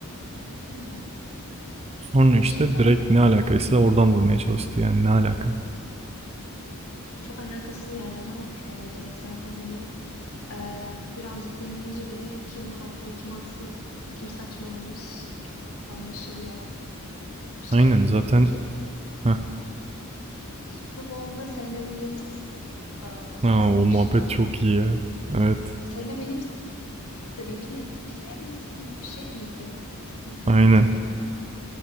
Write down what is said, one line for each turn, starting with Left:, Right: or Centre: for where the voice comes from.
Left: hı hı.
Right: Sonra
Left: Bu
Right: işte
Left: şey mi?
Right: direkt ne alakaysa oradan vurmaya çalıştı yani ne alaka.
Left: Çok alakasız yerlerden olmuş bence Drake zaten hani Ee, birazcık dinleyince bile kim haklı, kim haksız, kim saçmalamış anlaşılıyor. Şey
Right: Aynen
Left: ne
Right: zaten
Left: peki?
Right: Heh.
Left: Super Bowl'da Serena Williams e, dans
Right: Aa,
Left: etmiş
Right: o muhabbet
Left: galiba.
Right: çok iyi ya. Evet
Left: Serena Williams Drake'in eski sevgilisi gibi bir şey miydi? Sanki
Right: aynen.
Left: öyle hatırlıyorum.